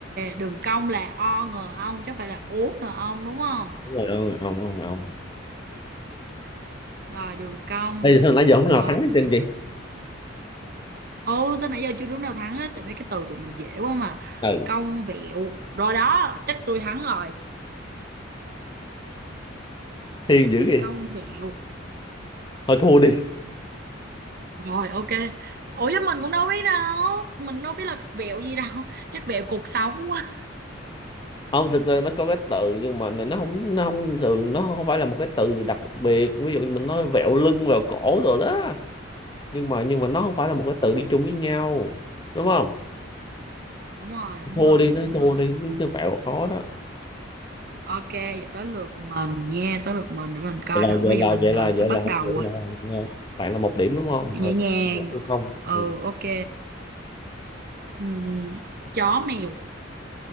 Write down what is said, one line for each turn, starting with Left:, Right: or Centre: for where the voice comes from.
Right: đường cong là o ngờ ong chứ không phải là ố ngờ ong đúng không?
Left: đúng rồi ông ông ông ông
Right: Rồi đường cong.
Left: bây giờ sao nãy giờ không
Right: Ờ,
Left: nào thắng hết trơn chị
Right: ừ sao nãy giờ chưa đúng nào thắng hết tại mấy cái từ tụi mình dễ quá mà
Left: ừ
Right: cong vẹo rồi đó chắc tôi thắng rồi
Left: thiên dữ vậy
Right: cong vẹo
Left: thôi thua đi
Right: rồi ok ủa chứ mình cũng đâu biết đâu mình đâu biết là vẹo gì đâu <laughs> chắc vẹo cuộc sống quá
Left: không thực ra nó có cái từ nhưng mà này nó không nó không thường nó không phải là một cái từ đặc biệt ví dụ như mình nói vẹo lưng vẹo cổ rồi đó nhưng mà nhưng mà nó không phải là
Right: Ừ,
Left: một cái từ đi chung với nhau đúng không
Right: đúng rồi đúng
Left: thua
Right: rồi
Left: đi nói
Right: đúng
Left: thua
Right: rồi
Left: đi chứ chứ vẹo khó đó
Right: ok vậy tới lượt mình nha tới lượt mình để mình coi
Left: vậy là
Right: thử
Left: vậy
Right: bây
Left: là
Right: giờ mình
Left: vậy
Right: ờ,
Left: là
Right: sẽ
Left: vậy
Right: bắt
Left: là vậy
Right: đầu
Left: là
Right: ờ,
Left: ờ, bạn là một điểm đúng không ờ,
Right: nhẹ nhàng
Left: một hay không ừ.
Right: ừ ok Ừm, chó mèo